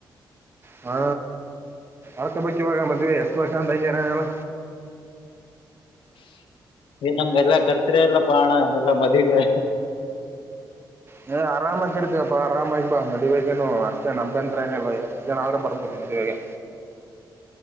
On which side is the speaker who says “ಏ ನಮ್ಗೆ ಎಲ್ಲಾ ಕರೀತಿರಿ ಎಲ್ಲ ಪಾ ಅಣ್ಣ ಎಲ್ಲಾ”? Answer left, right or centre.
Left